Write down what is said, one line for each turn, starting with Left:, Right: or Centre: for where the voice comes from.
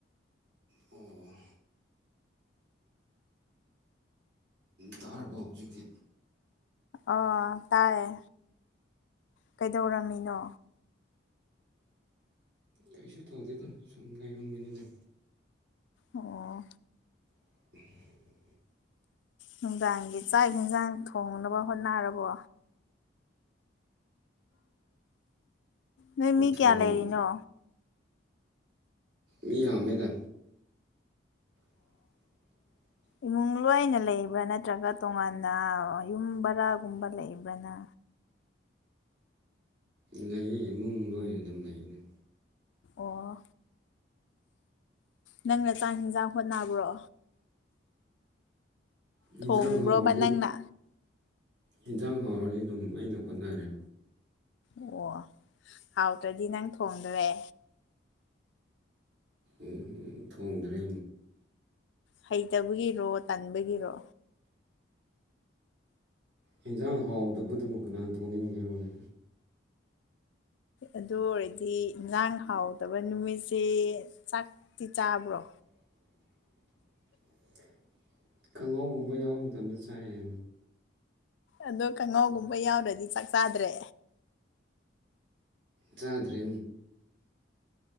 Right: ꯑꯣ ꯇꯥꯔꯕ ꯍꯧꯖꯤꯛꯀꯤ
Left: ꯑ ꯇꯥꯏꯌꯦ ꯀꯩꯗꯧꯔꯝꯃꯤꯅꯣ
Right: ꯀꯩꯁꯨ ꯇꯧꯗꯦꯗꯣ ꯁꯨꯝ ꯂꯩꯔꯝꯃꯤꯅꯤꯅ
Left: ꯑꯣ
Right: <unintelligible>
Left: ꯅꯨꯡꯗꯥꯡꯒꯤ ꯆꯥꯛ ꯌꯦꯟꯁꯥꯡ ꯊꯣꯡꯅꯕ ꯍꯣꯠꯅꯔꯕꯣ ꯅꯣꯏ ꯃꯤ
Right: ꯊꯣꯡ
Left: ꯀꯌꯥ ꯂꯩꯔꯤꯅꯣ
Right: ꯃꯤ ꯑꯃꯦꯗ <unintelligible>
Left: ꯏꯨꯡ ꯇꯨꯡꯂꯥꯏꯅ ꯂꯩꯕ꯭ꯔꯥ ꯅꯠꯇ꯭ꯔꯒ ꯇꯣꯉꯥꯟꯅ ꯌꯨꯝ ꯕꯔꯥꯒꯨꯝꯕ ꯂꯩꯕ꯭ꯔꯅ
Right: ꯂꯩ ꯏꯃꯨꯡꯗ ꯑꯣꯏꯅ ꯑꯗꯨꯝ ꯂꯩꯅꯦ
Left: ꯑꯣ ꯅꯪꯅ ꯆꯥꯛ ꯌꯦꯟꯖꯥꯡ ꯍꯣꯠꯅꯕ꯭ꯔꯣ
Right: ꯌꯦꯟꯁꯥꯡ
Left: ꯊꯣꯡꯕ꯭ꯔꯣꯕ
Right: ꯍꯥꯎꯔꯗꯤ
Left: ꯅꯪꯅ
Right: ꯌꯦꯟꯁꯥꯡ ꯍꯥꯎꯔꯗꯤ ꯑꯗꯨꯝ ꯃꯩꯅ ꯍꯣꯠꯅꯔꯦ
Left: ꯑꯣ ꯍꯥꯎꯇ꯭ꯔꯗꯤ ꯅꯪ ꯊꯣꯡꯗꯣꯔꯦ
Right: ꯎ ꯊꯣꯡꯗ꯭ꯔꯦ
Left: ꯍꯩꯇꯕꯒꯤꯔꯣ ꯇꯟꯕꯒꯤꯔꯣ
Right: ꯑꯦꯟꯖꯥꯡ ꯍꯥꯎꯗꯕꯗꯕꯨ ꯀꯅꯥ ꯊꯣꯟꯅꯤꯡꯔꯣꯟꯅꯦ
Left: ꯑꯗꯨ ꯑꯣꯏꯔꯗꯤ ꯏꯟꯖꯥꯡ ꯍꯥꯎꯗꯕ ꯅꯨꯃꯤꯠꯁꯦ ꯆꯥꯛꯇꯤ ꯆꯥꯕ꯭ꯔꯣ
Right: <unintelligible> ꯈꯍꯥꯎꯒꯨꯝꯕ ꯌꯥꯎꯕ ꯃꯇꯝꯗ ꯆꯥꯏꯌꯦ
Left: ꯑꯗꯣ ꯀꯥꯡꯉꯥꯎꯒꯨꯝꯕ ꯌꯥꯎꯔꯗꯤ ꯆꯥꯛ ꯆꯥꯗ꯭ꯔꯦ
Right: ꯆꯥꯗ꯭ꯔꯦ